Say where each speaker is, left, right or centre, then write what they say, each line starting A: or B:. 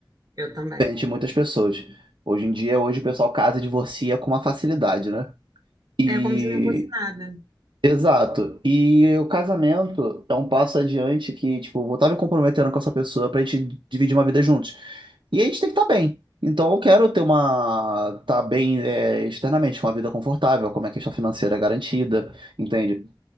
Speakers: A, on the right (about 50°); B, on the right (about 80°).
A: Eu também.
B: frente muitas pessoas. Hoje em dia, hoje o pessoal casa e divorcia com uma facilidade, né? E
A: É como se não fosse nada.
B: exato. E o casamento é um passo adiante que, tipo, eu vou estar me comprometendo com essa pessoa pra gente dividir uma vida juntos. E a gente tem que estar bem. Então eu quero ter uma. Tá bem é, externamente, uma vida confortável, como é a questão financeira é garantida, entende?